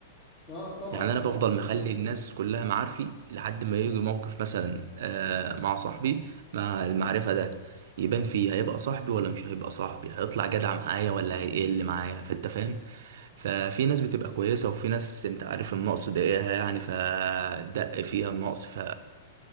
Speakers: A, on the left (about 35°); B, on the right (about 65°).
A: آه طبعا
B: يعني
A: المواقف
B: انا بفضل
A: بتبين
B: مخلي الناس كلها معارفي لحد ما يجي موقف مثلا آه، مع صاحبي مع المعرفة ده يبان فيه هيبقى صاحبي ولا مش هيبقى صاحبي هيطلع جدع معايا ولا هيقل معايا فانت فاهم ففي ناس بتبقى كويسة وفي ناس انت عارف النقص ضايقها يعني فدق فيها النقص ف